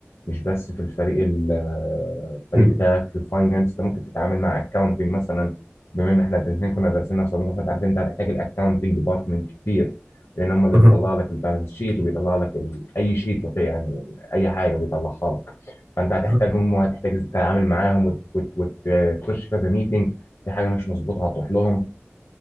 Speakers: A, on the left; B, on the right.
A: مش بس في الفريق ال- آه، الفريق
B: مم.
A: بتاعك في الفاينانس أنت ممكن تتعامل مع أكاونتنج مثلا بما إن إحنا الاتنين كنا دارسين نفس الموضوع فأنت عارف أنت هتحتاج الأكاونتنج ديبارتمنت كتير لأن هم اللي
B: مم.
A: بيطلع لك البالانس شيت وبيطلع لك ال- أي شيت وفي- يعني أي حاجة بيطلعها لك فأنت هتحتاجهم
B: مم.
A: وهتحتاج تتعامل معاهم وت- وت- وت- وتخش كذا ميتنج في حاجة مش مظبوطة هتروح لهم